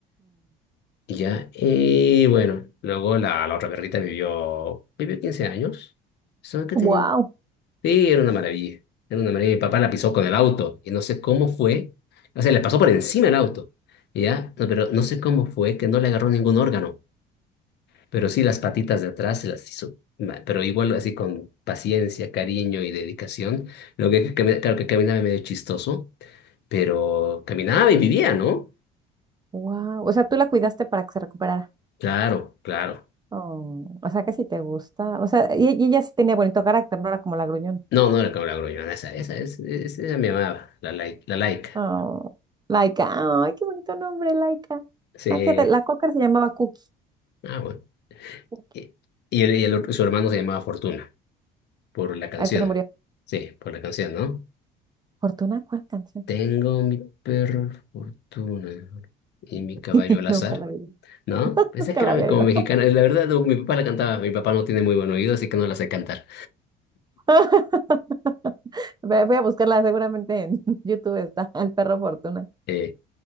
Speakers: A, on the left; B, on the right.
A: Y ya, y bueno, luego la, la otra perrita vivió, vivió 15 años. Solo que
B: Wow.
A: tenía Sí, era una maravilla. Era una maravilla. Mi papá la pisó con el auto y no sé cómo fue. O sea, le pasó por encima el auto. ¿Ya? No, pero no sé cómo fue que no le agarró ningún órgano. Pero sí las patitas de atrás se las hizo. ma- Pero igual así con paciencia, cariño y dedicación. Lo que, cami- claro que caminaba medio chistoso, pero caminaba y vivía, ¿no?
B: Wow. O sea, tú la cuidaste para que se recuperara.
A: Claro, claro.
B: Oh, o sea, que sí te gusta. O sea, y, y ella sí tenía bonito carácter, no era como la gruñona.
A: No, no era como la gruñona, esa, esa, esa, esa, esa me amaba, la, lai- la laica.
B: Oh, Laika. Ay, qué bonito nombre, Laika.
A: Sí.
B: Ah, fíjate, la cocker se llamaba Cookie.
A: Ah, bueno.
B: Cookie,
A: Y, y, él- y el otro- su hermano se llamaba Fortuna. Por la canción.
B: Al que se murió.
A: Sí, por la canción, ¿no?
B: Fortuna, ¿cuál canción?
A: Tengo mi perro fortuna y mi caballo
B: <laughs>
A: al azar,
B: Nunca la vi.
A: ¿no? Pensé
B: Nunca
A: que
B: la
A: era
B: había
A: como
B: oído.
A: mexicana. La verdad, no, mi papá la cantaba. Mi papá no tiene muy buen oído, así que no la sé cantar.
B: <laughs> Ve- Voy a buscarla, seguramente en <laughs> YouTube está el perro Fortuna.
A: Eh,